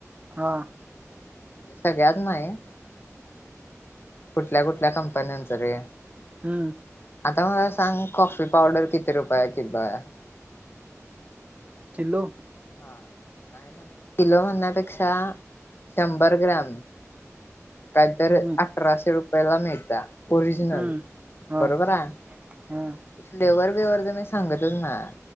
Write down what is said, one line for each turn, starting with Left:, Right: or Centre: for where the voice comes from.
Right: हा.
Left: सगळ्यात नाही कुठल्या कुठल्या कंपन्यांच रे.
Right: हम्म.
Left: आता मला सांग कॉफी पावडर किती रुपये किलोये.
Right: किलो.
Left: हा नाही म्हण किलो म्हणण्यापेक्षा शंभर ग्रॅम, काहीतरी
Right: हम्म
Left: अठराशे रुपयाला मिळते. ओरिजनल
Right: हम्म हा
Left: बरोबर हाय,
Right: हा
Left: फ्लेवर च मी सांगतच नाय.